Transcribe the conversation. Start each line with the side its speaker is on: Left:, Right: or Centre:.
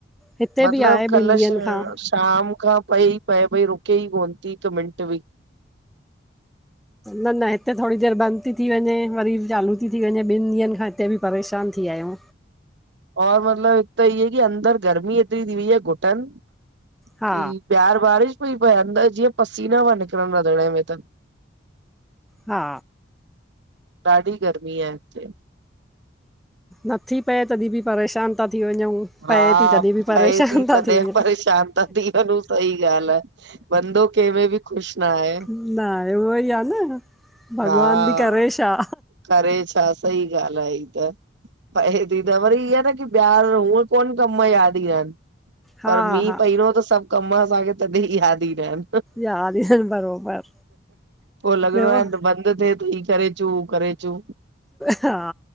Centre: हिते
Right: मतलब
Centre: बि आहे
Right: कल
Centre: ॿिनि ॾींहंनि
Right: श
Centre: खां
Right: शाम खां पए ई पए पई रुके ई कोन थी हिकु मिनट बि।
Centre: न न हिते थोरी देरि बंदि ती थी वञे, वरी चालू ती थी वञे, ॿिन ॾींहंनि खां हिते बि परेशान थी वियायूं।
Right: और मतिलब हिक त इ कि अंदर गर्मी ऐतरी थी वई आहे घुटन
Centre: हा
Right: की बाहर बारिश पई पऐ, अंदरि जीअं पसीना पिया निकिरनि रंधिणे में त
Centre: हा।
Right: ॾाढी गर्मी आहे हिते।
Centre: नथी पए तॾहिं बि परेशान। था थी वञूं
Right: हा
Centre: पए थी तॾहिं बि
Right: पए
Centre: परेशान
Right: ती
Centre: था
Right: तदहिं
Centre: थी वञूं
Right: परेशान ता थी वञूं, सही ॻाल्हि आ। बंदो केमे बि ख़ुश न आहे।
Centre: न आहे, उहो ई आ न भॻवान
Right: हा,
Centre: बि करे छा
Right: करे छा? सही ॻाल्हि आहे ई त। पऐ थी त वरी ईअं न की ॿार हूअ कोन कम यादि ईन्दा आहिन।
Centre: हा
Right: पर मींहु
Centre: हा
Right: परिंदे, त सभु कम असांखे तॾहिं यादि ईन्दा आहिन।
Centre: याद ई आहिनि बरोबर
Right: पो लॻणो
Centre: ॿियो
Right: आहे त बंद थिए त ई करेचू उ करेचु।
Centre: हा,